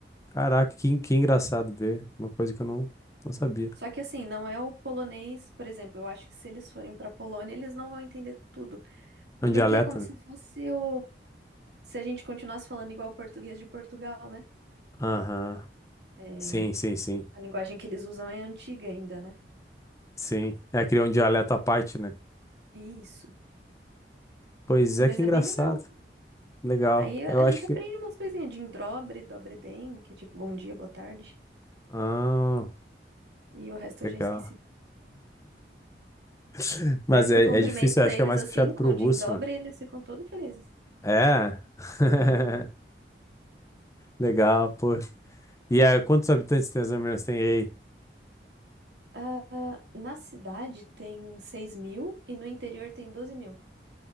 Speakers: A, on the left; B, on the right.
A: Caraca, que, que engraçado ver. Uma coisa que eu não, não sabia.
B: Só que assim, não é o polonês, por exemplo, eu acho que se eles forem pra Polônia, eles não vão entender tudo,
A: É um
B: porque
A: dialeto,
B: é como
A: né?
B: se fosse o se a gente continuasse falando igual o português de Portugal, né?
A: Aham.
B: É,
A: Sim, sim, sim.
B: a linguagem que eles usam é antiga ainda, né?
A: Sim. É, criou um dialeto à parte, né?
B: Isso.
A: Pois
B: Mas
A: é, que
B: é
A: engraçado.
B: bem legal.
A: Legal.
B: Aí a
A: Eu
B: a
A: acho
B: gente aprende
A: que.
B: umas coisinhas de indrobre, dobre den, que é tipo bom dia, boa tarde,
A: Ah,
B: e o resto
A: legal.
B: eu já esqueci.
A: <laughs> Mas
B: Mas
A: é,
B: tu cumprimenta
A: é difícil, eu acho
B: eles
A: que é mais
B: assim,
A: puxado pro
B: com o
A: russo,
B: em dobra,
A: né?
B: e eles ficam todos felizes.
A: É. <laughs>
B: Aham.
A: Legal, pô. E aí, quantos habitantes tem as Minas tem aí?
B: Ah, ah, na cidade tem seis mil e no interior tem doze mil.